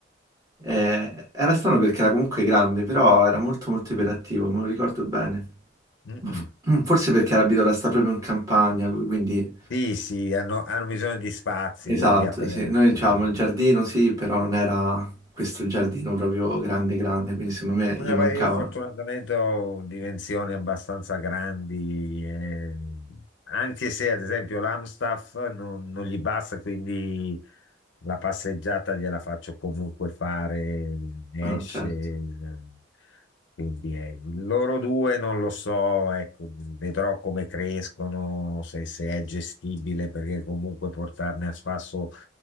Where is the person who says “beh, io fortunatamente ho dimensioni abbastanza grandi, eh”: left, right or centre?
Left